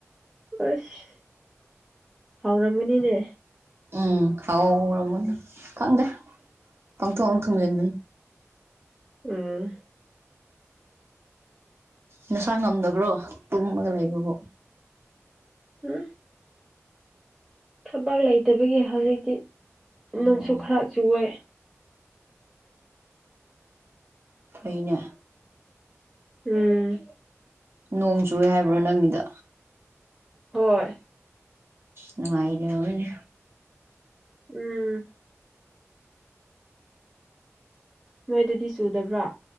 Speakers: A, in the centre; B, on the right.
A: ꯑꯩꯁ ꯍꯥꯎꯔꯝꯃꯅꯤꯅꯦ
B: ꯎꯝ ꯍꯥꯎꯔꯝ ꯈꯪꯗꯦ ꯄꯪꯊꯣꯡ ꯊꯣꯡꯖꯟꯕꯅꯤ
A: ꯎꯝ
B: ꯅꯁꯥ ꯉꯝꯗꯕ꯭ꯔꯣ ꯇꯨꯝꯃꯒ ꯂꯩꯕꯕꯨ
A: <inaudible> ꯊꯕꯛ ꯂꯩꯇꯕꯒꯤ ꯍꯧꯖꯤꯛꯇꯤ
B: ꯑꯣ
A: ꯅꯣꯡꯁꯨ ꯈꯔ ꯆꯨꯋꯦ
B: ꯐꯩꯅꯦ
A: ꯎꯝ
B: ꯅꯣꯡ ꯆꯨꯨꯏꯌꯦ ꯍꯥꯏꯕ꯭ꯔꯣ ꯅꯪꯒꯤꯗ
A: ꯍꯣꯏ
B: ꯅꯨꯡꯉꯥꯏꯔꯕꯅꯤ
A: ꯎꯝ ꯅꯣꯏꯗꯗꯤ ꯆꯨꯗꯕ꯭ꯔ